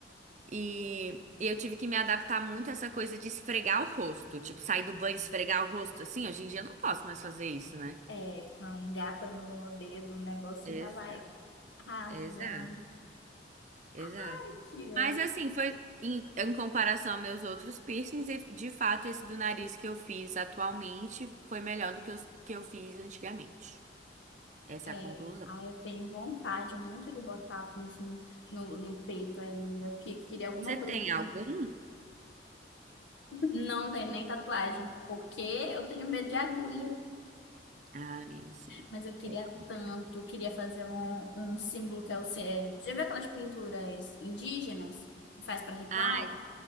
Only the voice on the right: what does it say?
E, e eu tive que me adaptar muito a essa coisa de esfregar o rosto. Tipo, sair do banho e esfregar o rosto assim. Hoje em dia eu não posso mais fazer isso, né?
Ex-
Exato, exato.
Mas assim, foi em, em comparação a meus outros piercings, e de fato, esse do nariz que eu fiz atualmente foi melhor do que os que eu fiz antigamente. Essa
é a conclusão.
Você
tem
algum?
Ah, amiga, sim.
É complicado.
Ai,